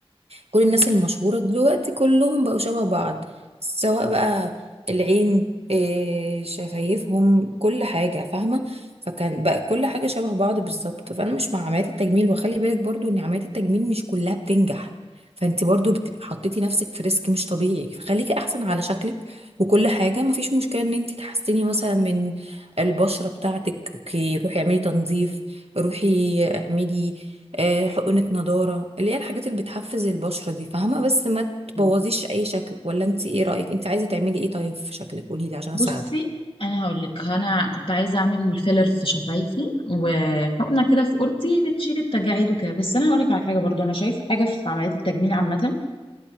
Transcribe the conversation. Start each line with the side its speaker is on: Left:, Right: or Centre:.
Right: كل الناس المشهورة دلوقتي كلهم بقوا شبه بعض سواء بقى العين إيه، شفايفهم كل حاجة فاهمة فكان بقى كل حاجة شبه بعض بالظبط فأنا مش مع عمليات التجميل وخلي بالك برضو إن عمليات التجميل مش كلها بتنجح فانت برضو بتبقي حطيتي نفسك في ريسك مش طبيعي فخليكي احسن على شكلك وكل حاجه مفيش مشكله ان انت تحسني مثلا من البشره بتاعتك اوكي روحي اعملي تنظيف روحي اعملي آه، حقنة نضارة اللي هي الحاجات اللي بتحفز البشرة دي فاهمة بس ما تبوظيش
Left: أيوة.
Right: أي شكل ولا انت ايه رأيك انت عايزة تعملي ايه طيب في شكلك قوليلي عشان
Left: بصي
Right: اساعدك
Left: انا هقول لك انا كنت عايزه اعمل فيلر في شفايفي وحقنه كده في اوضتي بتشيل التجاعيد وكده بس انا هقول لك على حاجه برضو انا شايفه حاجه في عمليات التجميل عامه